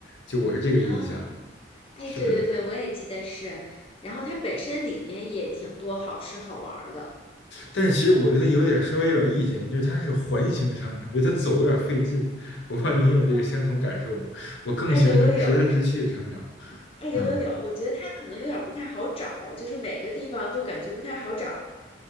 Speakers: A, on the left; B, on the left.
A: 就我是这个印象。
B: 啊。哎，
A: 是的，
B: 对对对，我也记得是。然后它本身里面也挺多好吃好玩儿的。
A: 但是其实我对它有点稍微有点意见，就是它是环形商场，我觉得它走有点费劲。我不知道您有这个相同感受吗？
B: 啊，
A: 我更喜欢那种直来直去的商场。
B: 哎，有有有，哎，有有有，
A: 嗯
B: 我觉得它可能有点儿不太好找，就是每个地方都感觉不太好找。